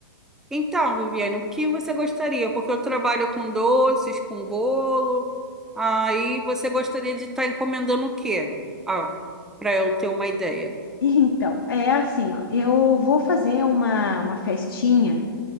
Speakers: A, in the centre; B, on the left.
A: Então, Viviane, o que você gostaria? Porque eu trabalho com doces, com bolo. Aí você gostaria de estar encomendando o quê? Ah, para eu ter uma ideia.
B: Então, é assim, ó, eu vou fazer uma, uma festinha